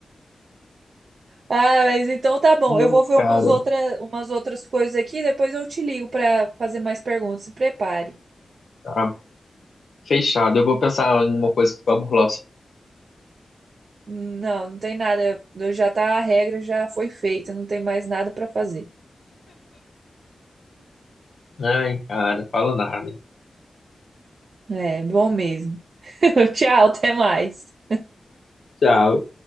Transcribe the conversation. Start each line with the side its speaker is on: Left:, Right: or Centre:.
Right: Ah, mas então tá bom.
Left: Ai,
Right: Eu vou ver
Left: cara,
Right: umas outras, umas outras coisas aqui, depois eu te ligo pra fazer mais perguntas. Se prepare.
Left: tá. Fechado. Eu vou pensar em uma coisa que vai burlar o.
Right: Não, não tem nada. Já tá, a regra já foi feita, não tem mais nada pra fazer.
Left: Ai, cara, falo nada.
Right: É bom mesmo. <laughs> Tchau, até mais.
Left: Tchau.